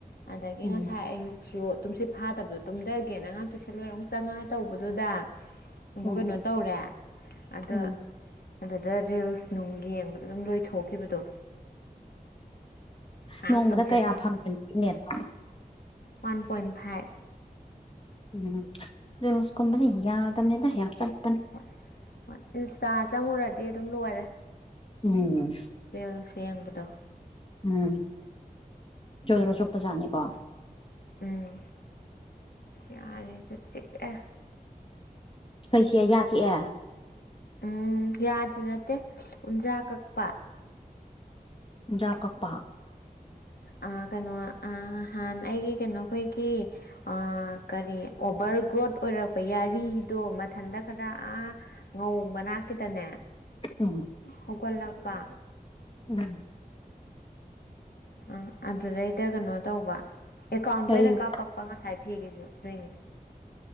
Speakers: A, on the left; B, on the left.
A: ꯑꯗꯒꯤ
B: ꯎꯝ
A: ꯉꯁꯥꯏ ꯑꯌꯨꯛꯁꯨ ꯇꯨꯝꯁꯤꯠ ꯐꯥꯗꯕꯗꯣ ꯇꯨꯝꯊꯒꯦꯅ ꯑꯉꯥꯡ ꯇꯨꯏꯁꯟ ꯂꯣꯏꯔ ꯆꯪꯉꯛꯑ ꯇꯧꯕꯗꯨꯗ ꯑꯃꯨꯛ
B: ꯎꯝ
A: ꯀꯩꯅꯣ ꯇꯧꯔꯦ ꯑꯗꯨ
B: ꯎꯝ
A: ꯑꯗꯨꯗ ꯔꯤꯜꯁ ꯅꯨꯡ ꯌꯦꯡꯕꯗ ꯑꯗꯨꯝ ꯂꯣꯏꯊꯣꯛꯈꯤꯕꯗꯣ꯫ ꯉꯔꯥꯡ
B: ꯅꯣꯡꯃꯗ
A: ꯇꯨꯝꯁꯤꯠ
B: ꯀꯌꯥ
A: ꯐꯥ
B: ꯐꯪꯒꯦ ꯅꯪꯒꯤ ꯅꯦꯠꯇꯣ꯫
A: One point five.
B: ꯎꯝ ꯔꯤꯌꯁꯀꯨꯝꯕꯁꯦ ꯌꯥꯗꯕꯅꯤꯗ ꯌꯥꯝ ꯆꯠꯄꯅꯤ꯫
A: ꯍꯣꯏ ꯍꯣꯏ ꯏꯟꯁꯇꯥ ꯆꯪꯉꯨꯔꯗꯤ ꯑꯗꯨꯝ ꯂꯣꯏꯔꯦ꯫
B: ꯎꯝ꯫
A: ꯔꯤꯜꯁ ꯌꯦꯡꯕꯗꯣ꯫
B: ꯎꯝ ꯖ꯭ꯔꯣ-ꯖ꯭ꯔꯣ ꯆꯨꯞꯄ ꯖꯥꯠꯅꯤꯀꯣ꯫
A: ꯎꯝ ꯌꯥꯔꯤꯁꯨ ꯆꯤꯛꯑꯦ꯫
B: ꯀꯩ ꯆꯤꯛꯑꯦ ꯌꯥꯆꯤꯛꯑꯦ꯫
A: ꯎꯝ ꯌꯥꯗꯤ ꯅꯠꯇꯦ ꯎꯟꯖꯥ ꯀꯛꯄ꯫
B: ꯎꯟꯖꯥ ꯀꯛꯄ꯫
A: ꯑ ꯀꯩꯅꯣ ꯑ ꯉꯍꯥꯟ ꯑꯩꯒꯤ ꯀꯩꯅꯣ ꯑꯩꯈꯣꯏꯒꯤ ꯑ ꯀꯔꯤ ꯑꯣꯚꯔ ꯒ꯭ꯔꯣꯠ ꯑꯣꯏꯔꯛꯄ ꯌꯥꯔꯤꯗꯣ ꯃꯊꯟꯇ ꯈꯔ ꯑꯥ ꯉꯧ ꯃꯅꯥꯛꯀꯤꯗꯅꯦ
B: ꯎꯝ
A: ꯍꯧꯒꯠꯂꯛꯄ꯫
B: ꯎꯝ꯫
A: ꯑ ꯑꯗꯨꯗꯩꯗ ꯀꯩꯅꯣ ꯇꯧꯕ ꯑꯦꯀꯥꯎꯟꯗ
B: ꯌꯥꯔꯤꯌꯨ
A: ꯑꯣꯏꯅ ꯀꯥꯞꯄꯛ ꯄꯥ ꯉꯁꯥꯏ ꯐꯤꯒꯤꯖꯨ ꯑꯗꯨꯏꯅꯤ꯫